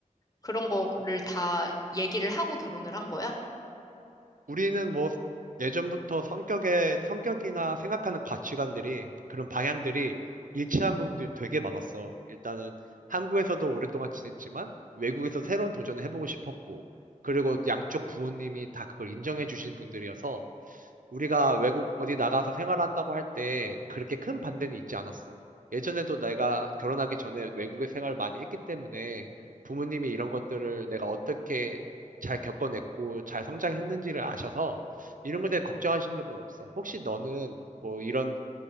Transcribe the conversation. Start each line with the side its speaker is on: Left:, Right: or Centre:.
Left: 그런 거를 다 얘기를 하고 결혼을 한 거야?
Right: 우리는 뭐 예전부터 성격의 성격이나 생각하는 가치관들이 그런 방향들이 일치한 부분들이 되게 많았어. 일단은 한국에서도 오랫동안 지냈지만 외국에서 새로운 도전을 해보고 싶었고, 그리고 양쪽 부모님이 다 그걸 인정해 주신 분들이어서 우리가 외국 어디 나가서 생활한다고 할 때 그렇게 큰 반대는 있지 않았어. 예전에도 내가 결혼하기 전에 외국에 생활을 많이 했기 때문에 부모님이 이런 것들을 내가 어떻게 잘 겪어냈고 잘 성장했는지를 아셔서 이런 것에 대해 걱정하시는 적은 없어. 혹시 너는 뭐 이런